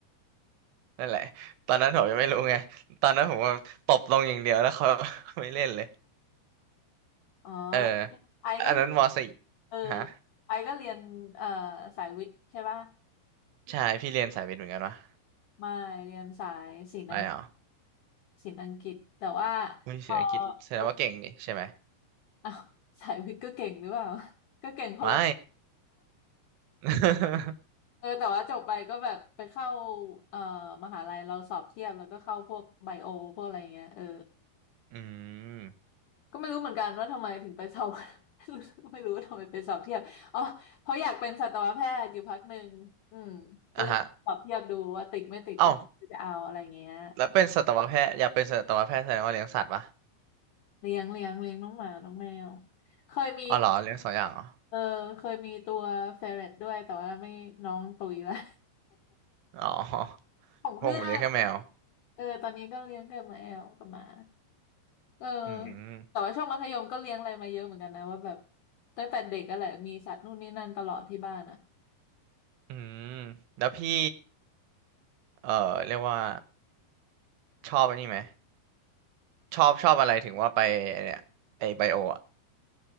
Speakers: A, on the right; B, on the left.
A: นั่นแหละตอนนั้นผมยังไม่รู้ไงตอนนั้นผมว่าตบลงอย่างเดียวแล้วเขา
B: <laughs>
A: <laughs> ไม่เล่นเลย
B: อ๋อแล้ว
A: เออ
B: ไอก็
A: อันนั้นมสี่
B: เออ
A: ฮะ
B: ไอก็เรียนเอ่อสายวิทย์ใช่ป่ะ
A: ใช่พี่เรียนสายวิทย์เหมือนกันวะ
B: ไม่เรียนสายศิลป์
A: ไม่เหรอ
B: ศิลป์อังกฤษแต่ว่า
A: อุ้ยเศรษฐกิจแสดงว่าเก่งนี่ใช่ไหม
B: พอเอออ้าวสายวิทย์ก็เก่งหรือเปล่า <laughs> ก็เก่งคนละ
A: ไม่
B: <laughs>
A: <laughs>
B: เออแต่ว่าจบไปก็แบบไปเข้าเอ่อมหาลัยเราสอบเทียบแล้วก็เข้าพวกไบโอพวกอะไรเงี้ยเออ
A: อืม
B: ก็ไม่รู้เหมือนกันว่าทำไมถึงไปสอบ <laughs> ไม่รู้ไม่รู้ว่าทำไมไปสอบเทียบอ๋อเพราะอยากเป็นสัตวแพทย์อยู่พักหนึ่งอืมก็เลยสอบเทียบดูว่าติดไม่ติดน่าจะเอาอะไรเงี้ย
A: อ่ะฮะเอ้า แล้วเป็นสัตวแพทย์อยากเป็นสัตวแพทย์แสดงว่าเลี้ยงสัตว์ปะ
B: เลี้ยงเลี้ยงเลี้ยงน้องหมาน้องแมวเคยมี
A: อ๋อเหรอเลี้ยงสองอย่างเหรอ
B: เออเคยมีตัวเฟรตด้วยแต่ว่าไม่น้องตุยละ
A: อ๋อ <laughs>
B: <laughs> ของเพื่อน
A: พวกผมเลี้ยงแค่แมว
B: เออตอนนี้ก็เลี้ยงกับมาแอลกับหมาเออ
A: อืม
B: แต่ว่าช่วงมัธยมก็เลี้ยงอะไรมาเยอะเหมือนกันนะว่าแบบตั้งแต่เด็กก็แหละมีสัตว์นู่นนี่นั่นตลอดที่บ้านอ่ะ
A: อืมแล้วพี่เอ่อเรียกว่าชอบอันนี้ไหมชอบชอบอะไรถึงว่าไปไอ้เนี่ยไอไบโออะ